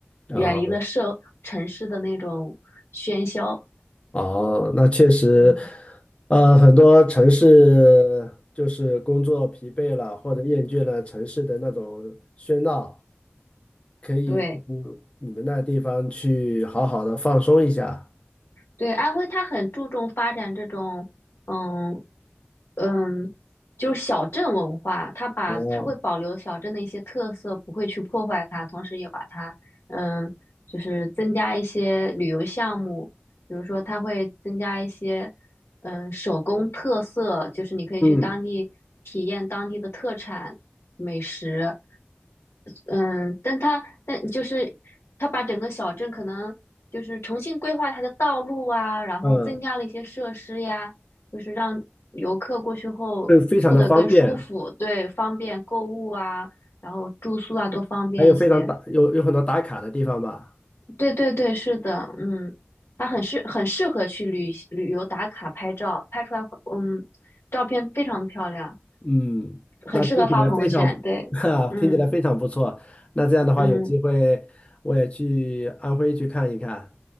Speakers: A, on the left; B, on the left.
A: 啊。
B: 远离了社城市的那种喧嚣。
A: 哦，那确实，
B: 嗯，
A: 呃，很多城市就是工作疲惫了或者厌倦了城市的那种喧闹，可以嗯你们那地方去好好的放松一下。
B: 对对，安徽它很注重发展这种。嗯嗯，就是小镇文化，它把它会保留小镇的一些特色，
A: 哦，
B: 不会去破坏它，同时也把它，嗯，就是增加一些旅游项目，比如说它会增加一些，嗯，手工特色，就是你可以去当地体验当地的特产美食，
A: 嗯，
B: 嗯，但它但就是它把整个小镇可能就是重新规划它的道路啊，然后增加了一些设施呀。
A: 嗯，
B: 就是让游客过去后住得更舒服，
A: 会非常的方便，
B: 对，方便购物啊，然后住宿啊都方便一些。
A: 还有非常打，有有很多打卡的地方吧。
B: 对对对，是的，嗯，它很适很适合去旅旅游打卡拍照，拍出来会嗯照片非常漂亮，
A: 嗯，那听起来非常，
B: 很适合发朋友圈。对，
A: <laughs> 哈，
B: 嗯
A: 听起来非常不错。那这样的话，
B: 嗯，
A: 有机会我也去安徽去看一看。